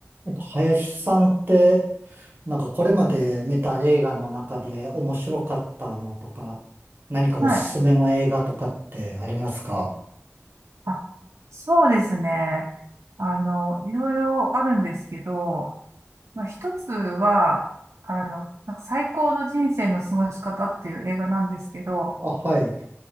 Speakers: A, on the right; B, on the right.
A: えっと、林さんって、なんかこれまで見た映画の中で面白かったのとか、何かおすすめの映画とかってありますか
B: はい。あ、そうですね。あの、いろいろあるんですけど、まあ、一つは、あの、なんか最高の人生の過ごし方っていう映画なんですけど、
A: あ、はい。